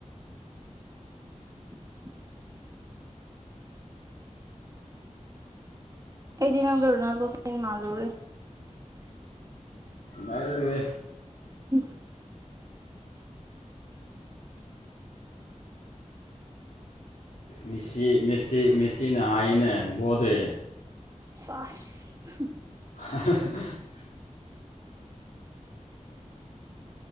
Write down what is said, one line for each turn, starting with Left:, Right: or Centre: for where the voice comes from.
Right: <unintelligible> ꯑꯦꯗꯤꯅꯪꯗꯣ ꯔꯣꯅꯥꯜꯗꯣ ꯐꯦꯟ ꯃꯥꯜꯂꯨꯔꯦ
Left: ꯀꯥꯏꯗꯨꯗꯒꯤ
Right: ꯍꯝ
Left: ꯃꯦꯁꯤ ꯃꯦꯁꯤ ꯃꯦꯁꯤꯅ ꯍꯥꯏꯅꯦ ꯕꯣꯗꯦ
Right: ꯁꯥꯁ
Left: ꯍ ꯍ ꯍ <unintelligible>